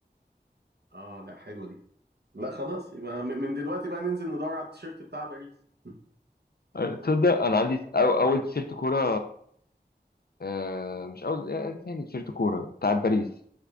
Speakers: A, on the right; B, on the left.
A: اه لا حلوه دي لا خلاص يبقى من من دلوقتي بقى ننزل ندور على التيشيرت بتاع باريس <laughs> اه
B: آه، تصدق انا عندي أو اول تيشيرت كوره آه، مش اول آه، تاني تيشيرت كوره بتاع باريس